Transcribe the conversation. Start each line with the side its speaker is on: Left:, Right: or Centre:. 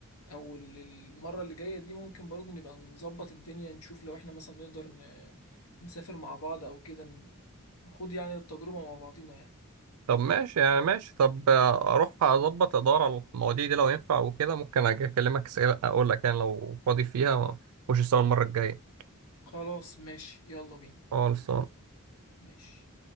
Left: او ال- المره اللي جايه دي ممكن برضو نبقى نظبط الدنيا نشوف لو احنا مثلا نقدر ن... نسافر مع بعض او كده ن- نخوض يعني التجربه مع بعضينا يعني
Right: طب ماشي يعني ماشي طب آه، اروح اظبط ادور على المواضيع دي لو ينفع وكده ممكن اجي اكلمك اسأل- اقول لك يعني لو فاضي فيها وش السنة المرة الجاية
Left: خلاص ماشي يلا بينا
Right: خالص
Left: ماشي